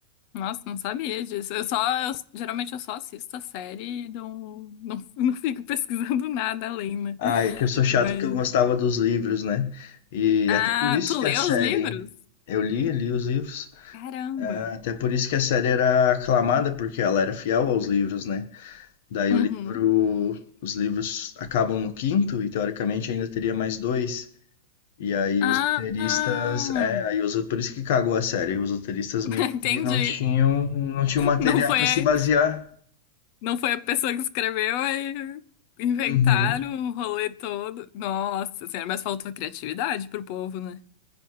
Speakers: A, on the left; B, on the left.
A: Nossa, não sabia disso. Eu só, eu- geralmente eu só assisto a série e não, não, <laughs> não fico pesquisando <laughs> nada além, né?
B: Ah, é que eu sou chato
A: Mas.
B: porque eu gostava dos livros, né? E
A: Ah,
B: até por isso
A: tu
B: que
A: leu
B: a série.
A: os livros?
B: Eu li, li os livros.
A: Caramba.
B: É, até por isso que a série era aclamada, porque ela era fiel aos livros, né? Daí
A: Uhum.
B: o livro, os livros acabam no quinto e teoricamente ainda teria mais dois. E aí
A: Ah,
B: os roteiristas,
A: ah,
B: é, aí os, por isso que cagou a série. Os roteiristas
A: <laughs>
B: meio que
A: entendi.
B: não tinham, não tinham material
A: Não foi,
B: para
A: a-
B: se basear.
A: não foi a pessoa que escreveu, aí inventaram
B: Uhum,
A: o rolê todo. Nossa senhora, mas faltou criatividade pro povo, né?